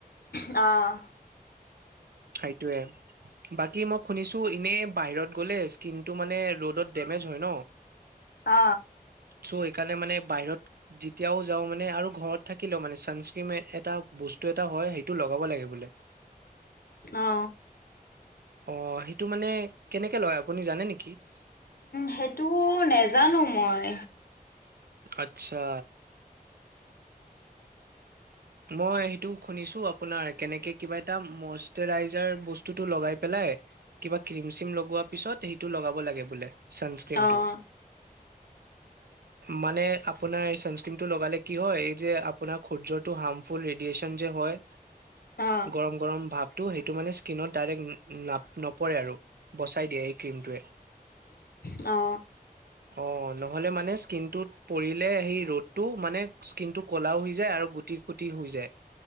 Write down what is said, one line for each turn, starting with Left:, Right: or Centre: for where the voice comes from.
Left: অ
Right: সেইটোৱে বাকী মই শুনিছো এনেই বাহিৰত গ'লে স্কিনটো মানে ৰ'দত ডেমেজ হয় ন
Left: অ
Right: চ' সেইকাৰণে মানে বাইহত যেতিয়াও যাও মানে আৰু ঘৰত থাকিলেও মানে ছানস্ক্ৰীণ এটা বস্তু এটা হয় সেইটো লগাব লাগে বোলে
Left: অ
Right: অ সেইটো মানে কেনেকে লগাই আপুনি জানে নি
Left: সেইটো নেজানো মই
Right: আচ্ছা মই সেইটো শুনিছো আপোনাৰ কেনেকে কিবা এটা মষ্টৰাইজাৰ বস্তু টো লগাই পেলাই কিবা ক্ৰীম চিম লগোৱা পিছত সেইটো লগাব লাগে বোলে ছানস্ক্ৰীমটো
Left: অ',
Right: মানে আপোনাৰ এই চানস্ক্ৰিন টো লগালে কি হয় এই যে আপোনাৰ সূৰ্যত টো হাৰ্মফুল ৰেডিয়েচন যে হয়
Left: অ',
Right: গৰম গৰম ভাৱ টো সেইটো মানে স্কিনত ডাইৰেক্ট নাপ নপৰে আৰু বচাই দিয়ে সেই ক্ৰীমটোৱে।
Left: অ
Right: অ নহ'লে মানে স্কিনটোত পৰিলে সেই ৰ'দটো মানে স্কিন টো কলাও হৈ যায় আৰু গোট গুতি হৈ যায়